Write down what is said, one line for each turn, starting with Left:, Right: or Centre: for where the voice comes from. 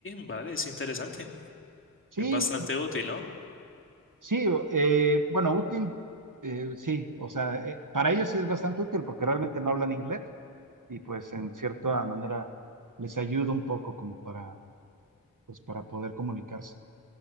Left: vale, es interesante,
Right: Sí,
Left: es bastante útil, ¿no?
Right: sí, eh, bueno, útil, eh, sí, o sea, eh, para ellos sí es bastante útil porque realmente no hablan inglés y pues en cierta manera les ayuda un poco como para, pues para poder comunicarse.